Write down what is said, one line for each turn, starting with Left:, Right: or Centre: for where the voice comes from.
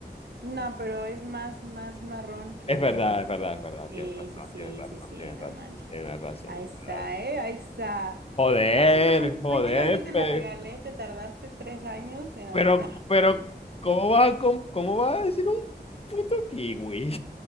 Right: No, pero es más, más marrón que
Left: Es
Right: verde.
Left: verdad, es verdad, es verdad.
Right: Sí,
Left: Tienes razón,
Right: sí, sí,
Left: tienes razón,
Right: sí, sí,
Left: tienes
Right: no
Left: razón,
Right: manches.
Left: tienes razón,
Right: Ahí está,
Left: tienes razón.
Right: ¿eh? Ahí está.
Left: Joder,
Right: Prácticamente,
Left: joder,
Right: prácticamente te
Left: pe-
Right: la regalé, te tardaste tres años en adivinar.
Left: pero,
Right: <laughs>
Left: pero, ¿cómo vas a, com- cómo vas a decir un puto kiwi?